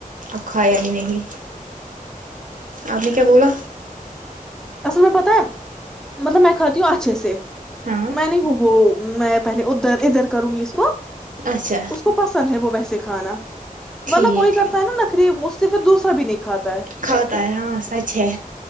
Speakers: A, on the right (about 65°); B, in the centre.
A: آکھایا نہیں نہیں اپنی کیا بولا
B: اصل میں پتہ مطلب میں کھتیوں اچھے سے
A: ہاں
B: میں نہیں ہوں وہ میں پہلے ادھر ادھر کروں گی اس کو
A: اچھا
B: اس کو پسند ہے وہ وی سکھانا
A: ٹھیک
B: ورنہ کوئی کرتا ہے نا نخری صرف دوسرا نہیں کھاتا ہے
A: کاؤتا ہے ہاں سچ ہے